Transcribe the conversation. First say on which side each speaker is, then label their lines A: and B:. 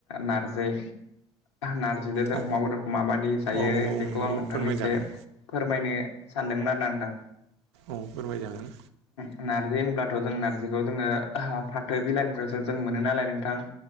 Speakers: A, on the left; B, on the right.
A: नारजैय नार जि अमा
B: औ
A: बेदरखौ माबायदि जायो
B: औ औ
A: बेखौ
B: नंगौ
A: आं नोंथांनि
B: फोरमायजागोन
A: एसे फोरमायनो सानदोंमोन आरो ना नोंथां।
B: औ फोरमाय जागोन।
A: नारजि होनब्लाथ' जों नार्जिखौ जोङो फाथो बिलाइनिफ्रायसो जों मोनो नालाय नोंथां